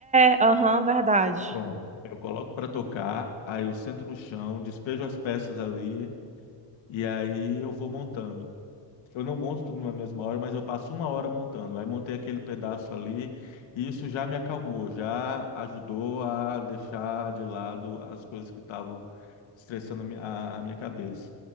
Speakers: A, on the right; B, on the left.
A: é, aham, verdade.
B: Pronto. Aí eu coloco para tocar, aí eu sento no chão, despejo as peças ali e aí eu vou montando. Eu não monto tudo na mesma hora, mas eu passo uma hora montando. Aí montei aquele pedaço ali e isso já me acalmou, já ajudou a deixar de lado as coisas que estavam estressando a mi- a- a minha cabeça.